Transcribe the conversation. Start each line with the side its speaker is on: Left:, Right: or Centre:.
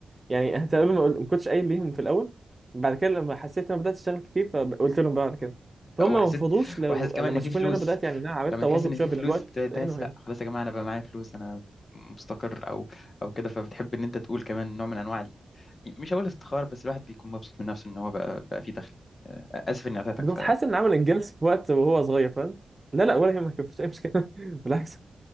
Right: يعني <laughs> انت قبل ما قل- ما كنتش قايل ليهم في الاول بعد كده لما حسيت ان انا بدات اشتغل كتير فقلت لهم بقى بعد كده فهم
Left: وحسيت
Right: ما انفضوش لو
Left: وحسيت كمان
Right: لما
Left: ان في
Right: شافوني
Left: فلوس
Right: ان انا بدات يعني إن انا عرفت
Left: لما
Right: اواظب
Left: تحس ان
Right: شويه
Left: في
Right: بين
Left: فلوس
Right: الوقت
Left: ت- تحس
Right: هنا وهنا
Left: لا خلاص يا جماعة انا بقى معايا فلوس انا مستقر او او كده فبتحب ان انت تقول كمان نوع من انواع مش هقول افتخار بس الواحد بيكون مبسوط من نفسه ان هو بقى بقى فيه دخل آه، اسف اني قطعتك
Right: بالظبط
Left: ف
Right: حاسس ان عامل انجاز في وقت وهو صغير فاهم لا لا ولا يهمك مفيش اي مشكله <laughs> بالعكس